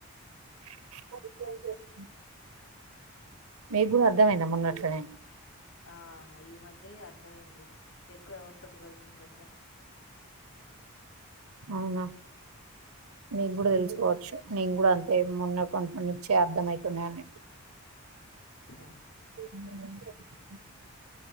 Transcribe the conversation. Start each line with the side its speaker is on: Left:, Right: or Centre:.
Right: <unintelligible> మీకు కూడా అర్థమైందా మొన్నట్లనే
Left: ఆ ఈ మధ్య అర్థమయింది ఎక్కువ ఎవరితోటి కలిసి ఉండొద్దని.
Right: అవునా
Left: ఉ
Right: మీకు కూడా తెలుసు కోవచ్చు నేను కూడా అంతే మొన్న కొంత నుంచిే అర్థమయితున్నాయి.
Left: అవునా
Right: అ